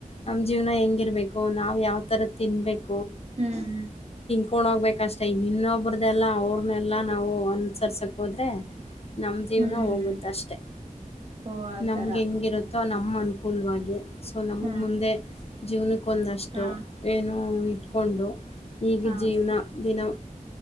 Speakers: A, on the left (about 45°); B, on the right (about 50°).
A: ನಮ್ ಜೀವ್ನ ಹೆಂಗಿರ್ಬೇಕು ನಾವ್ ಯಾವ್ ತರ ತಿನ್ಬೇಕು
B: ಹ್ಮ್ ಹ್ಮ್
A: ಕೊಂಡೋಗ್ಬೇಕಷ್ಟೆ ಇನ್ನೊಬ್ಬ್ರ್ದೆಲ್ಲ ಅವ್ರನ್ನೆಲ್ಲ ನಾವು ಅನುಸರ್ಸಕ್ಕೆ ಹೋದ್ರೆ ನಮ್ಮ ಜೀವನ
B: ಹ್ಮ್ ಹ್ಮ್
A: ಹೋಗುತ್ತ ಅಷ್ಟೆ
B: ಓ ಆತರ
A: ನಮ್ಗೆ ಹೆಂಗಿರುತ್ತೆ ಅಥ ನಮ್ಮ್ ಅನುಕೂಲವಾಗಿ ಸೊ ನಮಗ್
B: ಹ್ಮ್
A: ಮುಂದೆ ಜೀವನಕ್ಕೊಂದಷ್ಟು
B: ಹಾ
A: ಏನು ಇಟ್ಕೊಂಡು ಈಗ
B: ಹಾ
A: ಜೀವನ ದಿನ